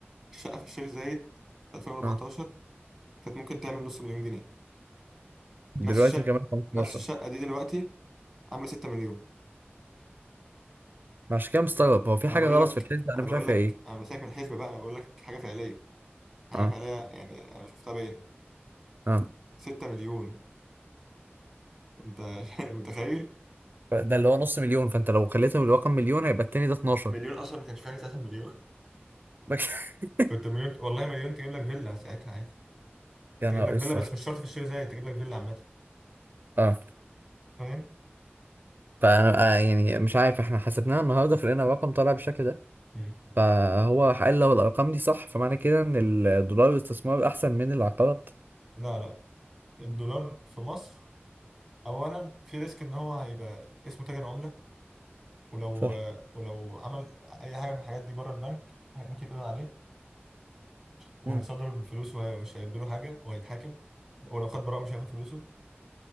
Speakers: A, in the centre; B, on the right (about 50°).
A: الشقه في الشيخ زايد في 2014
B: اه
A: كانت ممكن تعمل نص مليون جنيه نفس
B: دلوقتي
A: الشقه
B: كمان 15
A: نفس الشقه دي دلوقتي عامله 6 مليون
B: ما عشان كده مستغرب هو في
A: انا
B: حاجة
A: بقول
B: غلط
A: لك
B: في الحسبة أنا
A: انا
B: مش
A: بقول
B: عارف
A: لك
B: هي إيه
A: انا بسالك من الحسبه بقى انا بقول لك حاجه فعليه حاجه
B: أه
A: فعليه يعني انا شفتها بعيني
B: أه
A: 6 مليون انت <laughs> متخيل
B: ده اللي هو نص مليون فأنت لو خليتهم الرقم مليون هيبقى التاني ده 12
A: مليون اصلا ما كانش فيها 3 مليون
B: <laughs>
A: كنت مليون والله مليون تجيب لك فيلا ساعتها عادي
B: يا
A: تجيب
B: نهار
A: لك
B: اسود
A: فيلا بس مش شرط في الشيخ زايد تجيب لك فيلا عامه
B: اه
A: فاهم
B: فانا آه يعني مش عارف احنا حسبناها النهارده فلقينا الرقم طالع بالشكل ده
A: مم.
B: فهو قال لو الارقام دي صح فمعنى كده ان الدولار استثمار احسن من العقارات
A: لا لا الدولار في مصر اولا في ريسك ان هو هيبقى اسمه تاجر عمله ولو
B: صح
A: ولو عمل اي حاجه من الحاجات دي بره البنك هي- ممكن يتقضي عليه وهيصدر
B: امم
A: الفلوس ومش هيدوا له حاجه وهيتحاكم ولو خد براءه مش هياخد فلوسه